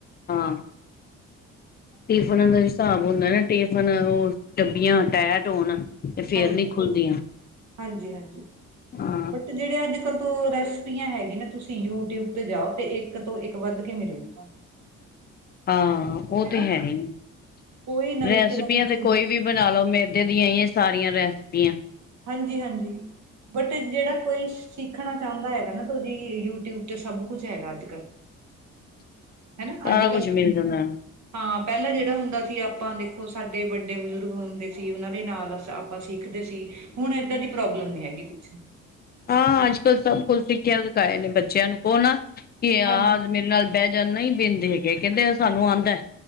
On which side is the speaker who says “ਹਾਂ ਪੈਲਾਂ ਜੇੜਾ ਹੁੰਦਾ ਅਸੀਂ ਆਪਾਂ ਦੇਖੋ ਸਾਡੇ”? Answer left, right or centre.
Right